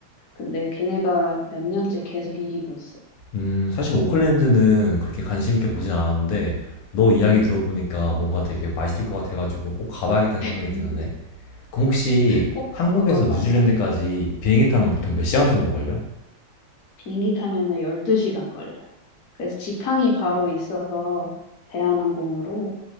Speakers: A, on the left; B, on the left.
A: 근데 걔네가 몇 년째 계속 이기고 있어.
B: 음, 사실 오클랜드는 그렇게 관심 있게 보진 않았는데 너 이야기
A: 음.
B: 들어보니까 뭔가 되게 맛있을 것 같아가지고 꼭 가봐야겠다는
A: <laughs>
B: 생각이 드는데. 그럼 혹시
A: 꼭
B: 한국에서
A: 먹어봐야
B: 뉴질랜드까지
A: 돼.
B: 비행기 타면 보통 몇 시간 정도 걸려?
A: 비행기 타면은 12시간 걸려. 그래서 직항이 바로 있어서 대한항공으로